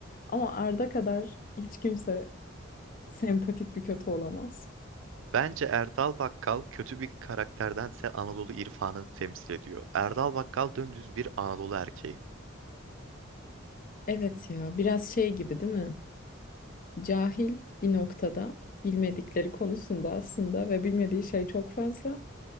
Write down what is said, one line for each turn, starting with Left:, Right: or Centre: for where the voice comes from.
Left: Ama Arda kadar hiç kimse sempatik bir kötü olamaz.
Right: Bence Erdal Bakkal kötü bir karakterdense Anadolu irfanını temsil ediyor. Erdal Bakkal dümdüz bir Anadolu erkeği.
Left: Evet ya biraz şey gibi değil mi? cahil bir noktada bilmedikleri konusunda aslında ve bilmediği şey çok fazla.